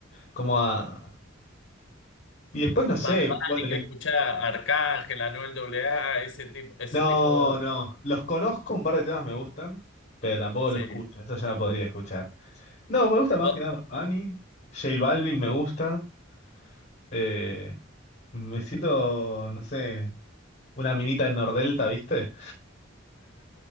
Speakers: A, on the left; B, on the left.
A: Como a... Y después no sé,
B: Bad Bunny,
A: bueno, le-
B: que escuchar Arcángel, Anuel AA, ese tipo, ese
A: no,
B: tipo.
A: no. Los conozco, un par de temas me gustan, pero tampoco
B: Sí.
A: lo escucho. Eso ya lo podría escuchar. No, me gusta más
B: Vos,
A: que nada Manny, J Balvin me gusta. eh, me siento, no sé, una minita en Nordelta, ¿viste?